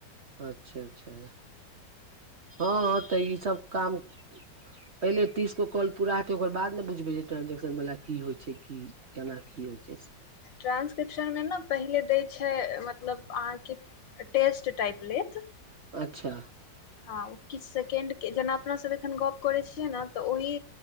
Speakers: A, on the right; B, on the left.
A: अच्छा -अच्छा। हँ, तॅं ई सब काम- पहिले तीस गो कॉल पूरा हेतै ओकर बाद ने बुझबै जे ट्रांजेक्शन वला की होइ छै की? केना की होइ छै?
B: ट्रान्सक्रिप्शनमे ने पहिले दै छै मतलब अहाँके- टेस्ट टाइप लेैत।
A: अच्छा,
B: हँ किछु सेकेंडकेॅं जेना अपना सभ एखन गप करै छियै ने तॅं ओहि